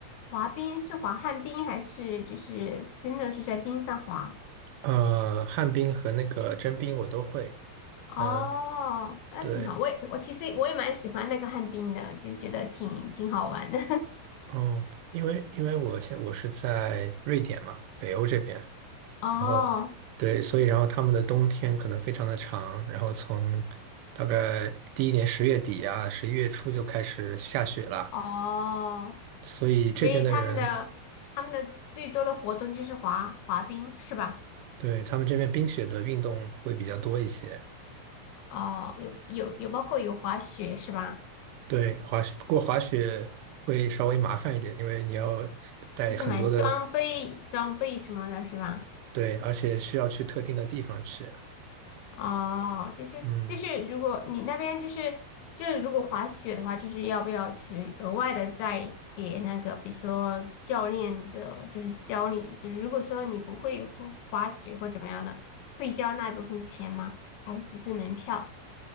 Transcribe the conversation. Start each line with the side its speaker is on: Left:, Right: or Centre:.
Left: 滑冰是滑旱冰还是就是真的是在冰上滑？
Right: 呃，旱冰和那个真冰我都会。
Left: 哦，
Right: 嗯、
Left: 那挺好。
Right: 对，
Left: 我也我其实我也蛮喜欢那个旱冰的，就觉得挺挺好玩的。
Right: 嗯，因为因为我现我是在瑞典嘛，北欧这边，
Left: <laughs> 哦
Right: 然后对，所以然后他们的冬天可能非常的长，然后从大概第一年十月底啊，十一月初就开始下雪了。
Left: 哦，
Right: 所以这边的人
Left: 所以他们的他们的最多的活动就是滑滑冰是吧？
Right: 对，他们这边冰雪的运动会比较多一些。
Left: 哦，有有有包括有滑雪是吧？
Right: 对，滑雪，不过滑雪会稍微麻烦一点，因为你要带很多的，
Left: 就是买装备、装备什么的，是吧？
Right: 对，而且需要去特定的地方去。
Left: 哦，就是就是，
Right: 嗯，
Left: 如果你那边就是就是如果滑雪的话，就是要不要就是额外的再给那个，比如说教练的，就是教你，比如如果说你不会滑滑雪或怎么样的，会交那一部分钱吗？还是只是门票？